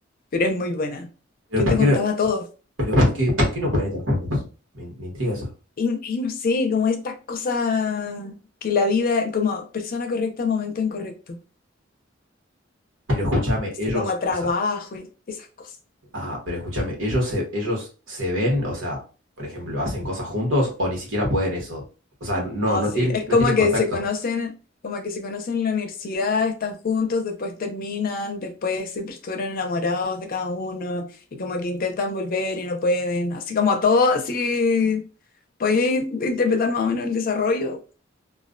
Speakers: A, on the left; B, on the right.
A: pero es muy buena.
B: Pero
A: Yo
B: ¿por
A: te contaba
B: qué no,
A: todo.
B: pero por qué, por qué no pueden estar juntos? Me, me intriga eso.
A: Y, y no sé, como estas cosas que la vida, como persona correcta, momento incorrecto.
B: Pero escúchame,
A: Así
B: ellos,
A: como a trabajo
B: o sea,
A: y esas cosas.
B: Ah, pero escúchame, ellos se, ellos se ven, o sea, por ejemplo, hacen cosas juntos o ni siquiera pueden eso. O sea, no,
A: No,
B: no
A: sí,
B: tienen,
A: es como
B: no tienen contacto.
A: que se conocen, como que se conocen en la universidad, están juntos, después terminan, después siempre estuvieron enamorados de cada uno y como que intentan volver y no pueden, así como todo, así, podéis interpretar más o menos el desarrollo,